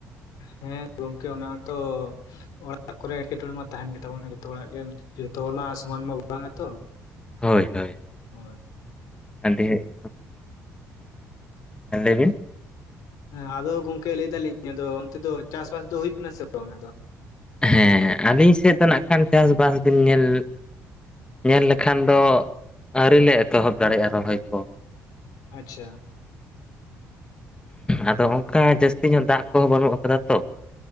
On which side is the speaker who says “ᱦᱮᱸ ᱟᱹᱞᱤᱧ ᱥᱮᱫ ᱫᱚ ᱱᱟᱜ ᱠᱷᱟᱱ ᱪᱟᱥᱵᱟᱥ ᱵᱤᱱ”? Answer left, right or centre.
Left